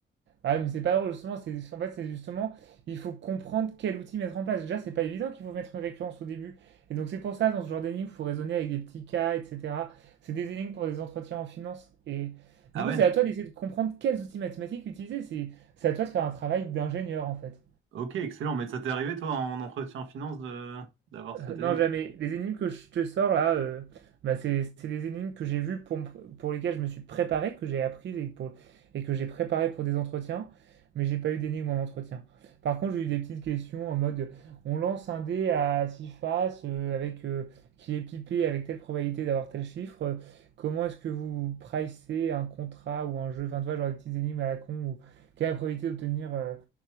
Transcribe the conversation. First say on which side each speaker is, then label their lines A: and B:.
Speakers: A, on the right (about 65°); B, on the right (about 80°).
A: Ah, mais c'est pas drôle, justement. C'est, en fait, c'est justement, il faut comprendre quel outil mettre en place. Déjà, c'est pas évident qu'il faut mettre une récurrence au début. Et donc, c'est pour ça, dans ce genre d'énigmes, il faut raisonner avec des petits cas, etc. C'est des énigmes pour des entretiens en finance. Et
B: Ah
A: du coup,
B: ouais?
A: c'est à toi d'essayer de comprendre quels outils mathématiques utiliser. C'est, c'est à toi de faire un travail d'ingénieur, en fait.
B: Ok, excellent. Mais ça t'est arrivé, toi, en entretien finance, de d'avoir
A: <laughs>
B: cette
A: Euh, non,
B: énigme?
A: jamais. Les énigmes que je te sors là, euh, bah, c'est c'est des énigmes que j'ai vues pour, me pr- pour lesquelles je me suis préparé, que j'ai appris et, pour, et que j'ai préparé pour des entretiens, mais j'ai pas eu d'énigmes en entretien. Par contre, j'ai eu des petites questions en mode on lance un dé à six faces euh, avec, euh, qui est pipé avec telle probabilité d'avoir tel chiffre. euh, comment est-ce que vous pricez un contrat ou un jeu Enfin, tu vois, genre des petites énigmes à la con ou quelle est la probabilité d'obtenir. euh,